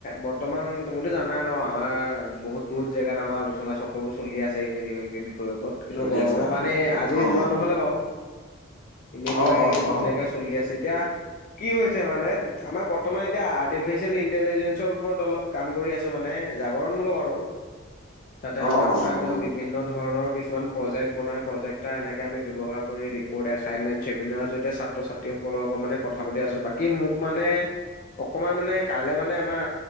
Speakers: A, on the left; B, on the left.
A: বৰ্তমান তুমিতো জানা ন আমাৰ বহুত বহুত জেগাত আমাৰ আলোচনা চক্ৰ। সেইবোৰ চলি আছে এতিয়া কিবা কিবি বিষয়ৰ ওপৰত কিন্তু
B: চলি
A: গৰমৰ
B: আছে অ'
A: কাৰণে আজি
B: অ'
A: যোৱা নহলে বাৰু। এনেই তোমাৰ
B: অ' অ'
A: এইদিন
B: অ' অ'
A: ধুনীয়াকে চলি আছে এতিয়া। কি হৈছে মানে আমাৰ বৰ্তমান এতিয়া আৰ্টিফিচিয়েল ইণ্টেলিজেঞ্চৰ ওপৰত অলপ। কাম কৰি আছো মানে জাগৰণমূলক আৰু তাতে
B: অ'
A: আমাৰ
B: অ' অ'
A: তোমাৰ একদম বিভিন্ন দোকান। ধৰণৰ কিছুমান প্ৰজেক্ট বনাই প্ৰজেক্টাৰ এনেকৈ আমি ব্যৱহাৰ কৰি ৰিপৰ্ট এছাইনমেণ্ট চেমিনাৰ জৰিয়তে ছাত্ৰ ছাত্ৰী। তেওঁলোকৰ লগত মানে কথা পাতি আছো বাকী মোক মানে অকমান মানে কাইলে মানে আমাৰ।